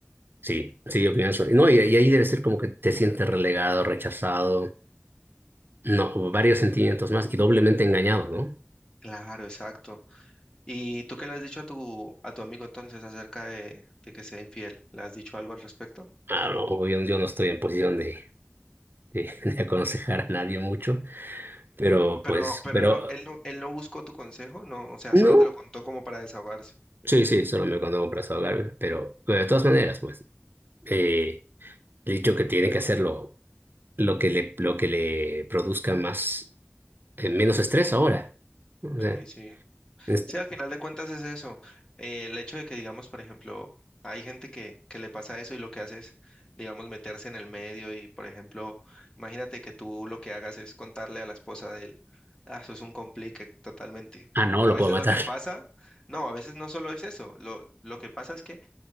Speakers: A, on the right; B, on the left.
A: Sí, sí, yo pienso. No, y, y ahí debe ser como que te sientes relegado, rechazado, no, varios sentimientos más y doblemente engañado, ¿no?
B: Claro, exacto. ¿Y tú qué le has dicho a tu, a tu amigo entonces acerca de, de que sea infiel? ¿Le has dicho algo al respecto?
A: Ah, no, obvio, yo, no estoy en posición de, de, <laughs> de aconsejar a nadie mucho, pero
B: Pero
A: pues,
B: no, pero
A: pero
B: él no, él no, él no buscó tu consejo, no, o sea,
A: no,
B: solo te lo contó como para desahogarse.
A: sí, sí, solo me cuando compras a ahogar, pero, pero de todas maneras, pues, eh, he dicho que tiene que hacerlo lo que le, lo que le produzca más, eh, menos estrés ahora. ¿no?
B: Ok,
A: O sea,
B: sí.
A: es-
B: Sí, al final de cuentas es eso. Eh, el hecho de que, digamos, por ejemplo, hay gente que, que le pasa eso y lo que hace es, digamos, meterse en el medio y, por ejemplo, imagínate que tú lo que hagas es contarle a la esposa de él. Ah, eso es un complique totalmente.
A: ah, no,
B: A
A: lo
B: veces
A: puedo matar.
B: lo que pasa, no, a veces no solo es eso. Lo, lo que pasa es que